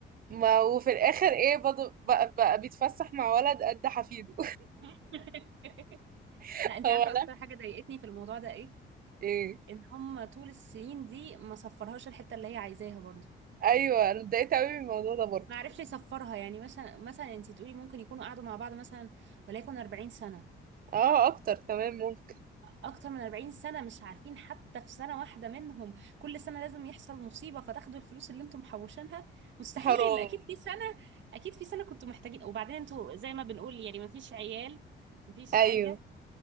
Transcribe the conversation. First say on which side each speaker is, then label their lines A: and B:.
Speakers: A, on the right; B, on the right.
A: ما وفي الاخر ايه برضه بقى, بقى بيتفسح مع ولد قد حفيده
B: <laughs>
A: <laughs>
B: لا انتي
A: هو
B: عارفة
A: انا
B: اكتر حاجة ضايقتني في الموضوع ده ايه
A: ايه
B: ان هم طول السنين دي ما صفرهاش الحتة اللي هي عايزاها برضو
A: ايوه انا اتضايقت قوي من الموضوع ده برضه
B: ما عرفش يصفرها يعني مثلا مثلا انتي تقولي ممكن يكونوا قعدوا مع بعض مثلا وليكن 40 سنة
A: اه اكتر كمان ممكن
B: اكتر من 40 سنة مش عارفين حتى في سنة واحدة منهم كل سنة لازم يحصل مصيبة فتاخدوا الفلوس اللي انتم محوشينها مستحيل
A: حرام
B: اكيد في سنة اكيد في سنة كنتوا محتاجين وبعدين انتوا زي ما بنقول يعني مفيش عيال مفيش
A: ايوه
B: حاجة